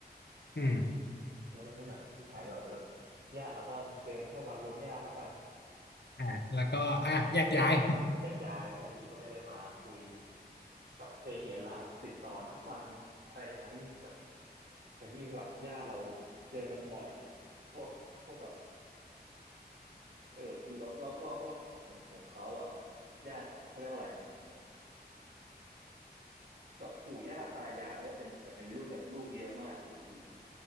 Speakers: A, on the left; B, on the right.
A: อืม
B: มันก็จะไม่เหมือนกับที่ไทยแบบเออญาติเราก็มาเจอแค่วันรวมญาติละกัน
A: อ่ะแล้วก็อ่ะแยกย้าย
B: แยกย้ายใช่พี่ก็ไม่ได้มาคุยกับเพเหระสิบตอนทุกวันอะไรอย่างนั้นเหมือนแต่ที่นี่คือแบบญาติเราเจอกันบ่อยพวกพวกแบบเออพี่เราเราเราเราของของเขาอ่ะญาติเขาเขาเรียกว่าอะไรอ่ะแบบปู่ย่าตายายเขาจะเป็นจะเป็นรุ่นแบบลูกเยอะมากเลยพี่